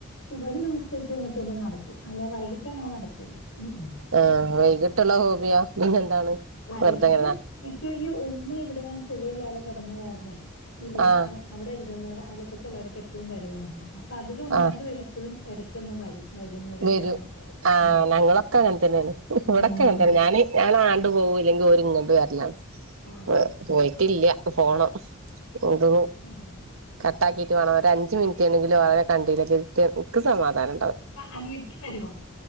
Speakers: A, on the left; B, on the right.
A: സുബഹി നമസ്കരിച്ച് കഴിഞ്ഞിട്ട് ഒന്ന് നടക്കും. അല്ല വൈകിട്ടങ്ങനെ നടക്കൂല ഉം ഉം.
B: ആഹ് വൈകിട്ടുള്ള ഹോബിയാ പിന്നെന്താണ്?
A: വൈകിട്ട്
B: വെറുതെങ്ങനെ
A: നിക്ക് ഈ ഉമ്മ ഇവിടെ സുഖ ഇല്ലാതെ കിടന്ന കാരണേ ഇവിടെ
B: ആ
A: അവ അവിടെ ഇവിടെയുള്ളവർ അയൽ വക്കത്തുള്ളള്ളവരക്കെ എപ്പഴും വരുവായിരുന്നു അപ്പോ അതിൽ ഒന്ന്
B: ആ
A: രണ്ട് പേര് ഇപ്പോഴും ഇടയ്ക്കൊന്ന് വരും വൈകുന്നേരൊക്കെ
B: വരും
A: ആവുമ്പോ
B: ആ
A: ഉം
B: ഞങ്ങളൊക്കെ അങ്ങനെ തന്നെയാണ് ഇവിടൊക്കെ
A: ആഹ്
B: അങ്ങനെ തന്നെയാണ് ഞാനാണ്ട് പോകൂ ഇല്ലെങ്കിൽ ഓരിങ്ങട്ട് വരല്ലാ
A: ആഹ്
B: ഏഹ് പോയിട്ടില്ല പോണം ഇത്
A: ആഹാ
B: കട്ടാക്കിട്ട് മാണം ഒരു അഞ്ച് മിനിറ്റ് എങ്കിലും അവരെ കണ്ടില്ലങ്കിൽ എ നിക്ക് സമാധാന
A: അപ്പ അനിയത്തി വരുവോ